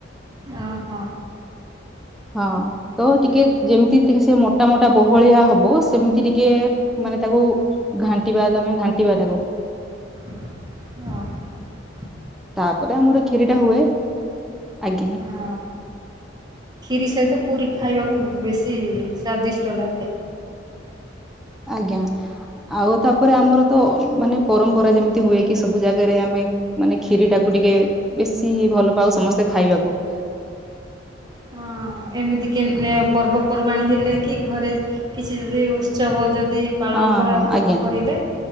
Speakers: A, on the right; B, in the centre.
A: ଅଁ ହଁ।
B: ହଁ ତ ଟିକେ
A: ନିହାତି
B: ଯେମ୍ତି ତିକି ସେ ମୋଟା ମୋଟା ବହଳିଆ ହବ ସେମିତି ଟିକେ ମାନେ ତାକୁ ଘାଣ୍ଟିିବା ତାମେ ଘାଣ୍ଟିିବା ତାକୁ।
A: ଅ ହ।
B: ତାପରେ ଆମର କ୍ଷିରୀ ଟା ହୁଏ ଆଜ୍ଞା।
A: ହଁ କ୍ଷୀରି ସହିତ ପୁରୀ ଖାଇବାକୁ ବେଶୀ ସ୍ଵାଦିଷ୍ଟ ଲାଗେ।
B: ଆଜ୍ଞା। ଆଉ ତାପରେ ଆମର ତ ମାନେ ପରମ୍ପରା ଯେମିତି ହୁଏ କି ସବୁ ଜାଗାରେ ଆମେ ମାନେ କ୍ଷିରୀ ଟାକୁ ଟିକେ ବେଶୀ ଭଲ ପାଉ ସମସ୍ତେ ଖାଇବାକୁ।
A: ହଁ ଏମିତି କେ <unintelligible> ଏ ପର୍ବ ପର୍ବାଣୀ ହେଲେ କି ଘରେ କିଛି ଯଦି ଉତ୍ସବ ଯଦି ପାଳନ
B: ହଁ
A: କରାହେଉଥିବ
B: ହଁ ଆଜ୍ଞା
A: କହିଲେ